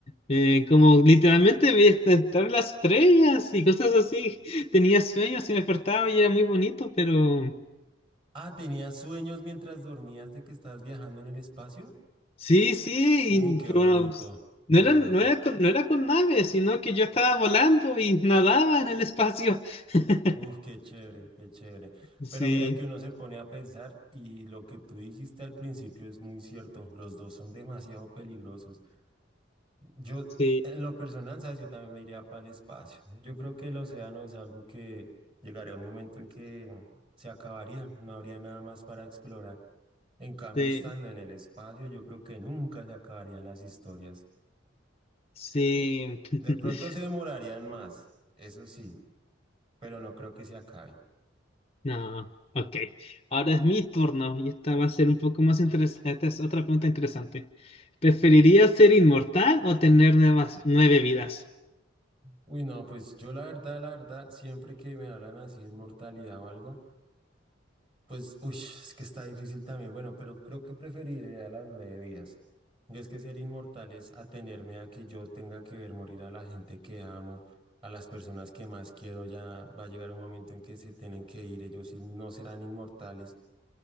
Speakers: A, on the left (about 30°); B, on the right (about 25°).
A: Eh, como literalmente vi estar las estrellas y cosas así. <laughs> Tenía sueños y me despertaba y era muy bonito, pero
B: Ah, ¿tenías sueños mientras dormías de que estabas viajando en el espacio?
A: sí, sí,
B: Uh,
A: y-
B: qué
A: pero
B: bonito,
A: bueno, pues, no
B: qué
A: era,
B: bonito.
A: no era con, no era con naves, sino que yo estaba volando y nadaba en el espacio. <laughs>
B: Uf, qué chévere, qué chévere.
A: Sí.
B: Pero mira que uno se pone a pensar y lo que tú dijiste al principio es muy cierto. Los dos son demasiado peligrosos. Yo,
A: Sí,
B: en lo personal, sabes, yo también me iría para el espacio. Yo creo que el océano es algo que llegaría un momento en que se acabaría. No habría nada más para explorar. En cambio,
A: sí,
B: estando en el espacio, yo creo que nunca se acabarían las historias.
A: sí. <laughs>
B: De pronto se demorarían más, eso sí, pero no creo que se acaben.
A: No, ok. Ahora es mi turno y esta va a ser un poco más interesante. Esta es otra pregunta interesante. ¿Preferirías
B: ¿vale?
A: ser inmortal o tener nuevas nueve vidas?
B: Uy, no, pues yo la verdad, la verdad, siempre que me hablan así de inmortalidad o algo, pues, uy, es que está difícil también. Bueno, pero creo que preferiría las nueve vidas. Y es que ser inmortal es atenerme a que yo tenga que ver morir a la gente que amo, a las personas que más quiero. Ya va a llegar un momento en que se tienen que ir, ellos sí no serán inmortales.